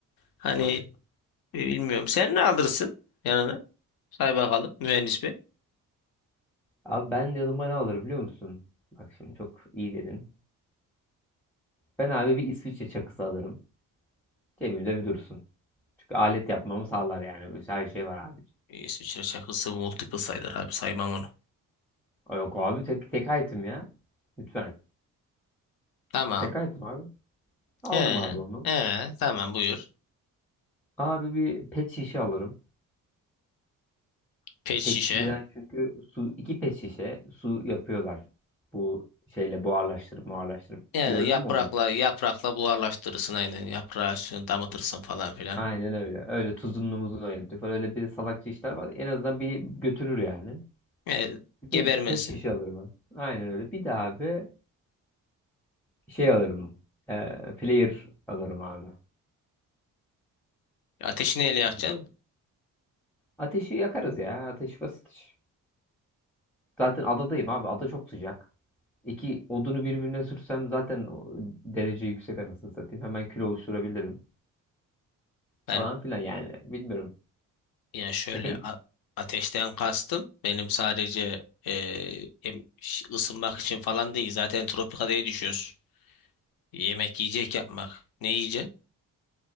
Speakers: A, on the left; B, in the centre.
A: Hani e, bilmiyorum. Sen ne alırsın yanına? Say bakalım mühendis bey.
B: Abi ben yanıma ne alırım biliyor musun? Bak şimdi çok iyi dedin. Ben abi bir İsviçre çakısı alırım. Cebimde bir dursun. Çünkü alet yapmamı sağlar yani. Her şey var abi.
A: İsviçre şakası multiple sayılır abi saymam onu.
B: Yok abi tek, tek item ya. Lütfen.
A: Tamam.
B: Tek item abi. Aldım
A: He.
B: abi onu.
A: He. Tamam buyur.
B: Abi bir pet şişe alırım.
A: Pet
B: Pet
A: şişe.
B: şişeden çünkü su iki pet şişe su yapıyorlar. Bu şeyle buharlaştırıp buharlaştırıp.
A: Yani
B: Gördün
A: yaprakla
B: mü onu hiç?
A: yaprakla buharlaştırırsın aynen. Yaprağı üstüne damıtırsın falan filan.
B: Aynen öyle. Öyle tuzunlu muzunlu ayırtıyor falan. Öyle bir salakça işler var. En azından bir götürür yani.
A: E,
B: Bir pe-
A: gebermesin.
B: pet şişe alırım ben. Aynen öyle. Bir de abi şey alırım. Ee, player alırım abi.
A: Ateşi neyle yakacaksın?
B: Ne bileyim. Ateşi yakarız ya. Ateş basit iş. Zaten adadayım abi. Ada çok sıcak. İki odunu birbirine sürsem zaten o derece yüksek anasını satayım. Hemen kilo oluşturabilirim.
A: Ben
B: Falan filan yani. Bilmiyorum.
A: yani şöyle
B: Efekt.
A: a- ateşten kastım. Benim sadece e, em- ş- ısınmak için falan değil. Zaten tropikadaya düşüyoruz. Yemek yiyecek yapmak. Ne yiyeceksin?